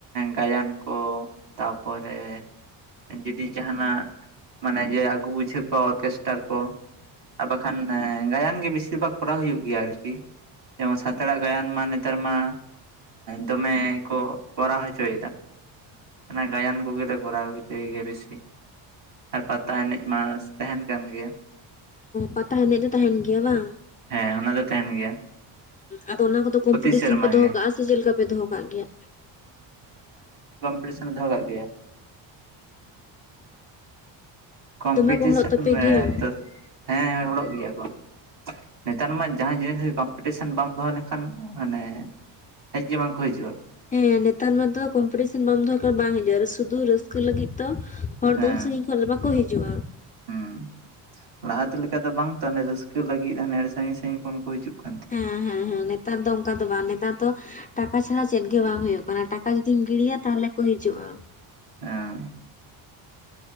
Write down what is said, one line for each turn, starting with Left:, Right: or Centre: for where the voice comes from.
Right: ᱜᱟᱭᱟᱱ ᱠᱚ ᱛᱟᱯᱚᱨᱮ ᱡᱩᱫᱤ ᱡᱟᱦᱟᱱᱟᱜ ᱢᱟᱱᱮ ᱡᱮ ᱟᱹᱜᱩ ᱵᱩᱡᱷᱟᱹᱣ ᱚᱨᱠᱮᱥᱴᱟᱨ ᱠᱚ, ᱟᱨ ᱵᱟᱠᱷᱟᱱ ᱜᱟᱭᱟᱱ ᱜᱮ ᱵᱮᱥᱤᱨ ᱵᱷᱟᱜᱽ ᱠᱚᱨᱟᱣ ᱦᱩᱭᱩᱜ ᱜᱮᱭᱟ ᱟᱨᱠᱤ᱾ ᱡᱮᱢᱚᱱ ᱥᱟᱱᱛᱟᱲᱟᱜ ᱜᱟᱭᱟᱱ ᱢᱟ ᱱᱮᱛᱟᱨ ᱢᱟ ᱫᱚᱢᱮ ᱠᱚ ᱪᱚᱭ ᱫᱟ ᱚᱱᱟ ᱜᱟᱭᱟᱱ ᱠᱚᱜᱮᱞᱮ ᱠᱚᱨᱟᱣ ᱪᱟᱹᱭ ᱜᱮᱭᱟ ᱵᱮᱥᱤ ᱟᱨ ᱯᱟᱛᱟ ᱮᱱᱮᱡ ᱢᱟ ᱛᱟᱦᱮᱱ ᱠᱟᱱ ᱜᱮᱭᱟ᱾
Left: ᱯᱟᱛᱟ ᱮᱱᱮᱡ ᱫᱚ ᱛᱟᱦᱮᱱ ᱜᱮᱭᱟ ᱵᱟᱝ,
Right: ᱦᱮᱸ ᱚᱱᱟ ᱫᱚ ᱛᱟᱦᱮᱱ ᱜᱮᱭᱟ
Left: ᱟᱫᱚ ᱚᱱᱟ ᱠᱚᱫᱚ ᱛᱚ ᱠᱚᱢᱯᱤᱴᱮᱥᱚᱱ
Right: ᱯᱨᱚᱛᱤ ᱥᱮᱨᱢᱟ
Left: ᱯᱮ ᱫᱚᱦᱚ
Right: ᱜᱮ
Left: ᱠᱟᱜᱼᱟ ᱥᱮ ᱪᱮᱫ ᱞᱮᱠᱟ ᱯᱮ ᱫᱚᱦᱚ ᱠᱟᱜᱼᱟ?
Right: ᱯᱤᱴᱤᱥᱮᱱ ᱮ ᱫᱚᱦᱚ ᱠᱟᱜ ᱜᱮᱭᱟ᱾ ᱠᱚᱢᱯᱤᱴᱤᱥᱮᱱ
Left: ᱫᱚᱢᱮ ᱠᱚ ᱦᱚᱲᱚᱜ ᱛᱟᱯᱮ
Right: ᱢᱮᱸ
Left: ᱜᱮᱭᱟ?
Right: ᱛᱮ ᱦᱮᱸ ᱦᱚᱲᱚᱜ ᱜᱮᱭᱟ ᱠᱚ᱾ ᱱᱮᱛᱟᱨ ᱢᱟ ᱡᱟᱦᱟᱸ ᱡᱤᱱᱤᱥ ᱜᱮ ᱠᱚᱢᱯᱤᱴᱤᱥᱮᱱ ᱵᱟᱢ ᱫᱚᱦᱚ ᱞᱮᱱᱠᱷᱟᱱ ᱢᱟᱱᱮ ᱦᱮᱡ ᱜᱮ ᱵᱟᱝ ᱠᱚ ᱦᱤᱡᱩᱜᱼᱟ᱾
Left: ᱦᱮᱸ ᱱᱮᱛᱟᱨ ᱢᱟᱛᱚ ᱠᱚᱢᱯᱤᱴᱤᱥᱚᱱ ᱵᱟᱢ ᱫᱚᱦᱚ ᱠᱟᱱ ᱵᱟᱝ ᱦᱤᱡᱩᱜᱼᱟ, ᱥᱩᱫᱷᱩ ᱨᱟᱹᱥᱠᱟᱹ ᱞᱟᱹᱜᱤᱫ ᱛᱚ ᱦᱚᱲ
Right: ᱦᱮᱸ
Left: ᱫᱚ ᱩᱱ ᱥᱟᱺᱜᱤᱧ ᱠᱷᱚᱱ ᱫᱚ ᱵᱟᱠᱚ ᱦᱤᱡᱩᱜᱼᱟ᱾
Right: ᱦᱩᱸ, ᱞᱟᱦᱟ ᱛᱮ ᱞᱮᱠᱟ ᱫᱚ ᱵᱟᱝ ᱛᱚ ᱦᱟᱱᱮ ᱨᱟᱹᱥᱠᱟᱹ ᱞᱟᱹᱜᱤᱫ ᱦᱟᱱᱮ ᱟᱹᱰᱤ ᱥᱟᱹᱜᱤᱧ ᱥᱟᱹᱜᱤᱧ ᱠᱷᱚᱱ ᱠᱚ ᱦᱤᱡᱩᱜ ᱠᱟᱱ ᱛᱟᱦᱮᱸᱫ᱾
Left: ᱦᱮᱸ ᱦᱮᱸ ᱦᱮᱸ ᱱᱮᱛᱟᱨ ᱫᱚ ᱚᱱᱠᱟ ᱫᱚ ᱵᱟᱝ ᱱᱮᱛᱟᱨ ᱫᱚ ᱴᱟᱠᱟ ᱪᱷᱟᱲᱟ ᱪᱮᱫ ᱜᱮ ᱵᱟᱝ ᱦᱳᱭᱳᱜ ᱠᱟᱱᱟ᱾ ᱴᱟᱠᱟ ᱡᱩᱫᱤᱢ ᱜᱤᱲᱤᱭᱟ ᱛᱟᱦᱞᱮ ᱠᱚ ᱦᱤᱡᱩᱜᱼᱟ᱾
Right: ᱚᱸ᱾